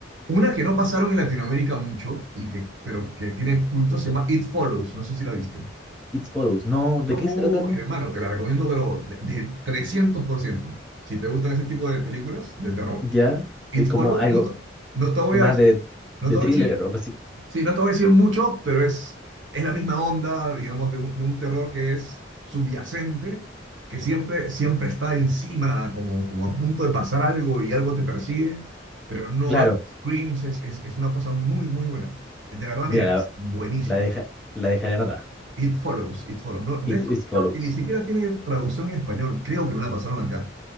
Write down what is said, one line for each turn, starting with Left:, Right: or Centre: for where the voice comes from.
Right: Una que no pasaron en Latinoamérica mucho, y que, pero que tiene culto, se llama It Follows, no sé si la viste.
Centre: It Follows. No, ¿de
Right: Oh,
Centre: qué se trata, no?
Right: hermano, te la recomiendo, pero de, de 300%. Si te gustan ese tipo de películas de terror,
Centre: Ya,
Right: It
Centre: eh, como
Right: Follows,
Centre: algo
Right: no te, no te voy
Centre: más
Right: a decir,
Centre: de,
Right: no
Centre: de
Right: te voy
Centre: thriller
Right: a decir
Centre: o algo así.
Right: Sí, no te voy a decir mucho, pero es, es la misma onda, digamos, de un, de un terror que es subyacente, que siempre, siempre está encima, como, como a punto de pasar algo y algo te persigue, pero no
Centre: Claro,
Right: screams, es, es, es una cosa muy, muy buena. De verdad,
Centre: Mira,
Right: mira,
Centre: la,
Right: es buenísima.
Centre: la, deja- la dejaré anotada.
Right: It Follows, It Follows. No, de
Centre: It,
Right: esto
Centre: it follows.
Right: creo que ni siquiera tiene traducción en español, creo que no la pasaron acá,